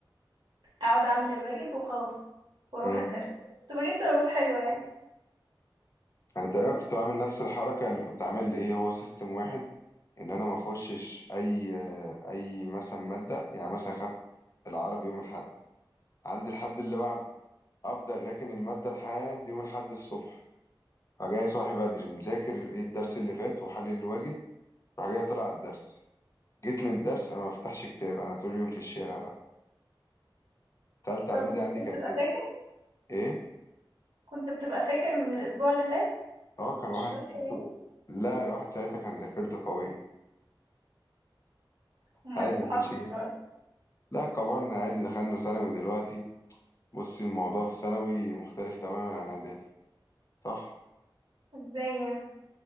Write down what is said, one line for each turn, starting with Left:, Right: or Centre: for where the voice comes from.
Right: اقعد اعمل الواجب وخلاص واروح
Left: امم
Right: الدرس بس كنت بجيب درجات حلوة يعني
Left: انا تقريبا كنت بعمل نفس الحركه يعني كنت عامل ايه هو سيستم واحد ان انا ما اخشش اي اي مثلا ماده يعني مثلا خدت العربي يوم الاحد عندي الحد اللي بعده افضل راكن الماده لحد يوم الاحد الصبح فجاي صاحي بدري مذاكر ايه الدرس اللي فات وحلل الواجب راح جاي طلع على الدرس جيت من الدرس انا ما بفتحش كتاب انا طول اليوم في الشارع بقى تالتة
Right: طب
Left: اعدادي
Right: وكنت
Left: عندي
Right: بتبقى
Left: كانت كده
Right: فاكر
Left: ايه
Right: كنت بتبقى فاكر من الاسبوع اللي فات
Left: اه كان واحد
Right: الشرح يعني
Left: لا واحد ساعتها كان ذاكرته قوية
Right: امال
Left: عادي
Right: ايه اللي
Left: ما
Right: حصل
Left: كانش بيه
Right: دلوقتي
Left: لا كبرنا عادي دخلنا ثانوي دلوقتي بصي الموضوع في ثانوي مختلف تماما عن اعدادي صح
Right: ازاي يعني